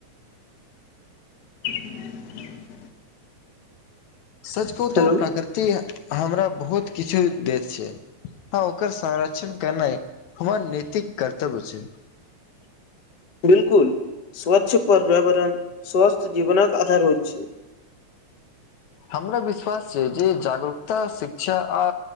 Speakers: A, on the left (about 60°); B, on the left (about 75°).
A: <unintelligible>
B: सच कहू
A: हेलो
B: तो प्रकृति हमरा बहुत किछु देत छै हँ ओकर संरक्षण केनाय हमर नैतिक कर्तव्य छै
A: बिल्कुल स्वच्छ पर्यावरण स्वस्थ जीवनक आधार होइत छै
B: हमरा विश्वास छै जे जागरूकता शिक्षा आ